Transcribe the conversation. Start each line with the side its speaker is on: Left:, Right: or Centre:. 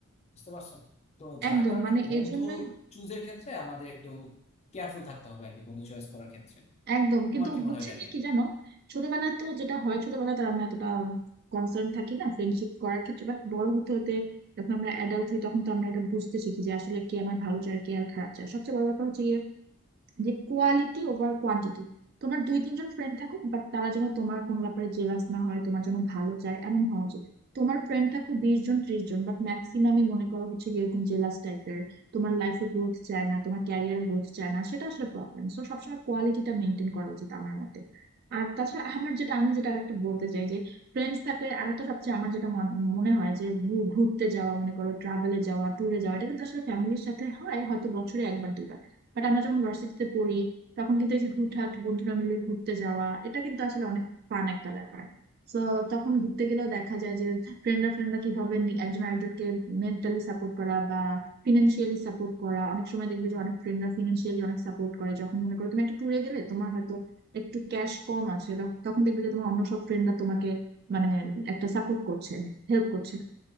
Left: বুঝতে পারছো তো যার
Right: একদম
Left: কারণে
Right: মানে
Left: বন্ধু
Right: এজন্যই
Left: চুজের ক্ষেত্রে আমাদের একটু কেয়ারফুল থাকতে হবে আর কি বন্ধু চয়েস করার ক্ষেত্রে
Right: একদম
Left: তোমার
Right: কিন্তু
Left: কি মনে
Right: হচ্ছে
Left: হয় এটা
Right: গিয়ে
Left: নিয়ে
Right: কি জানো ছোটবেলায় তো যেটা হয় ছোটবেলায় তো আমরা এতটা কনসার্ন থাকি না ফ্রেন্ডশিপ করার ক্ষেত্রে বাট বড় হতে হতে যখন আমরা অ্যাডাল্ট হই তখন তো আমরা এটা বুঝতে শিখি যে আসলে কে আমার ভালো চায় কে আর খারাপ চায় সবচেয়ে বড় ব্যাপার হচ্ছে গিয়ে যে কোয়ালিটি ওভার কোয়ান্টিটি তোমার দুই তিনজন ফ্রেন্ড থাকুক বাট তারা যেন তোমার কোনো ব্যাপারে জেলাস না হয় তোমার জন্য ভালো চায় এমন হওয়া উচিত তোমার ফ্রেন্ড থাকুক বিশ জন ত্রিশ জন বাট ম্যাক্সিমামই মনে করো হচ্ছে গিয়ে এরকম জেলাস টাইপের তোমার লাইফে গ্রোথ চায় না তোমার ক্যারিয়ার গ্রোথ চায় না সেটা আসলে প্রবলেম সো সবসময় কোয়ালিটিটা মেনটেন করা উচিত আমার মতে আর তাছাড়া আমার যেটা আমি যেটা আরেকটা বলতে চাই যে ফ্রেন্ডস থাকলে আরেকটা সবচেয়ে আমার যেটা মন- মনে হয় যে ঘু- ঘুরতে যাওয়া মনে করো ট্রাভেলে যাওয়া ট্যুরে যাওয়া এটা কিন্তু আসলে ফ্যামিলির সাথে হয় হয়তো বছরে একবার দুইবার বাট আমরা যখন ভার্সিটিতে পড়ি তখন কিন্তু এই যে হুটহাট বন্ধুরা মিলে ঘুরতে যাওয়া এটা কিন্তু আসলে অনেক ফান একটা ব্যাপার তো তখন ঘুরতে গেলেও দেখা যায় যে ফ্রেন্ডরা ফ্রেন্ডরা কিভাবে নি- একজন আরেকজনকে মেন্টালি সাপোর্ট করা বা ফিনান্সিয়ালি সাপোর্ট করা অনেক সময় দেখবে যে অনেক ফ্রেন্ডরা ফিনান্সিয়ালি অনেক সাপোর্ট করে যখন মনে করো তুমি একটা ট্যুরে গেলে তোমার হয়তো একটু ক্যাশ কম আছে তখ- তখন দেখবে যে তোমার অন্য সব ফ্রেন্ডরা তোমাকে মানে একটা সাপোর্ট করছে হেল্প করছে